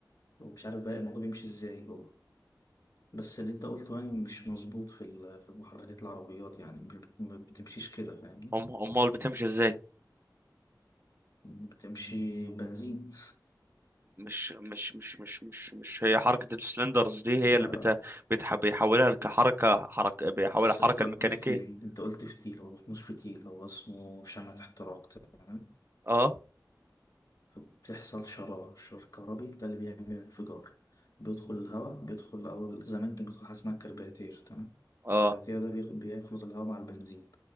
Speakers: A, on the left (about 60°); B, on the right (about 35°).
A: ومش عارف بقى الموضوع بيمشي ازاي جوه بس اللي انت قلته يعني مش مظبوط في ال- في محركات العربيات يعني مش بت- ما بتمشيش كده فاهمني
B: أم... امال بتمشي ازاي
A: بتمشي بنزين <laughs>
B: مش مش مش مش مش مش هي حركة السلندرز دي هي
A: لا
B: اللي بت... بتح... بيحولها كحركة حركة بيحولها
A: بص
B: حركة
A: انت قلت
B: الميكانيكية
A: فتيل انت قلت فتيل هو مش فتيل هو اسمه شمعة احتراق تمام
B: اه
A: فبتحصل شرارة شرار كهربي ده اللي بيعمل انفجار بيدخل الهواء بيدخل أول زمان كان بيدخل حاجة اسمها كربيراتير تمام الكربيراتير
B: اه
A: ده بيخ- بيخلط الهواء مع البنزين